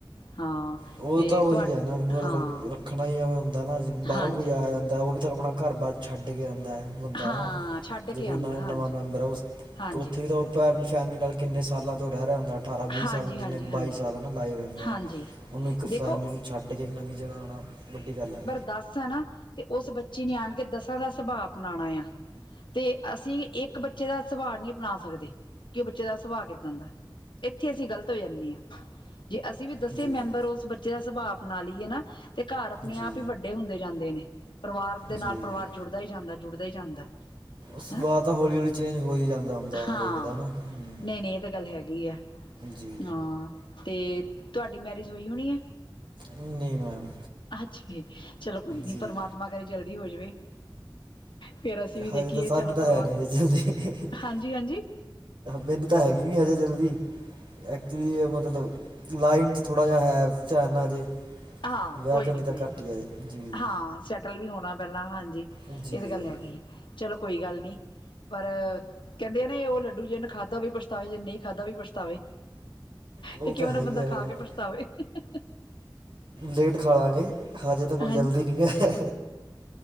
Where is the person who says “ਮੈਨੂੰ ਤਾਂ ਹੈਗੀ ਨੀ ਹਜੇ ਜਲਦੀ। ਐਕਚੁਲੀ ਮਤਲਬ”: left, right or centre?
Right